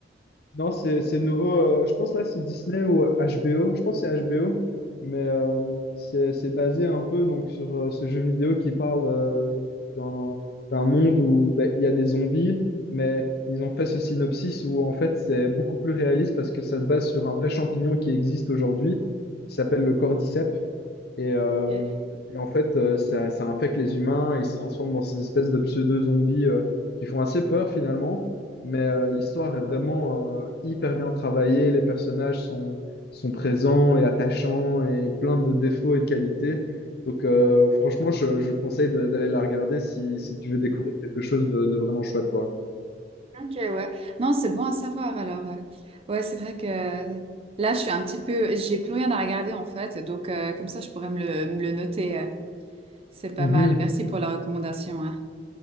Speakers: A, on the left; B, on the right.
A: Non, c'est c'est nouveau. euh, je pense là, c'est Disney ou HBO. Je pense que c'est HBO. Mais euh, c'est c'est basé un peu donc, sur euh, ce jeu vidéo qui parle euh, d'un d'un monde où ben, il y a des zombies. Mais ils ont fait ce synopsis où en fait, c'est beaucoup plus réaliste parce que ça se base sur un vrai champignon qui existe aujourd'hui, qui s'appelle le cordyceps. Et, euh,
B: Ok.
A: et en fait, euh, ça, ça infecte les humains, et ils se transforment dans ces espèces de pseudo-zombies euh, qui font assez peur finalement. Mais euh, l'histoire est vraiment euh, hyper bien travaillée, les personnages sont, sont présents et attachants et plein de défauts et de qualités. Donc euh, franchement, je, je conseille de- d'aller la regarder si, si tu veux découvrir quelque chose de, de vraiment chouette, quoi.
B: Ok, ouais. Non, c'est bon à savoir. Alors, euh, ouais, c'est vrai que euh, là, je suis un petit peu, j'ai plus rien à regarder en fait. Donc, euh, comme ça, je pourrais me le, me le noter. euh. C'est pas
A: Mhm.
B: mal. Merci pour la recommandation. hein.